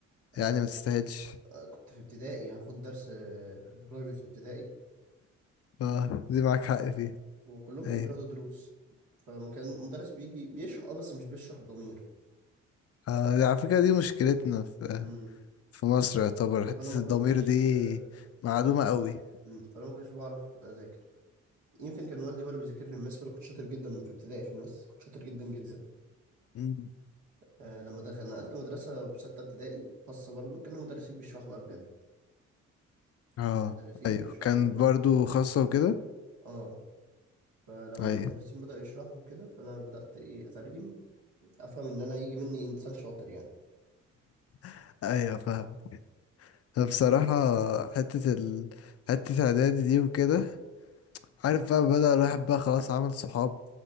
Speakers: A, on the right (about 80°); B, on the left (about 55°).
A: آه،
B: يعني
A: كنت
B: ما تستاهلش
A: آه، كنت في ابتدائي هاخد درس آه، برايفت في ابتدائي
B: اه دي معاك حق فيها
A: وكلهم كانوا
B: ايوه
A: بياخدوا دروس فما كان المدرس بيجي بيشرح اه بس مش بيشرح بضمير
B: آه دي على فكرة دي مشكلتنا في
A: امم
B: في مصر يعتبر حتة
A: وانا ما كنتش
B: الضمير دي
A: آه،
B: معلومة قوي
A: مم. فانا ما كنتش بعرف اذاكر يمكن كان والدي هو اللي بيذاكر لي الماس فانا كنت شاطر جدا في ابتدائي في الماس كنت شاطر جدا جدا
B: امم
A: آه، لما دخل نقلت مدرسة في ستة ابتدائي خاصة برضو كانوا المدرسين بيشرحوا بقى بجد
B: اه
A: كانوا المدرسين
B: ايوه
A: بيشرحوا
B: كان
A: و-
B: برضو خاصة وكده
A: اه فلما
B: ايوه
A: المدرسين بدأوا يشرحوا كده فأنا بدأت إيه أترجم أفهم إن أنا يجي مني إنسان شاطر يعني
B: <laughs> ايوه فاهم بصراحة حتة ال... حتة إعدادي دي وكده عارف بقى بدأ الواحد بقى خلاص عمل صحاب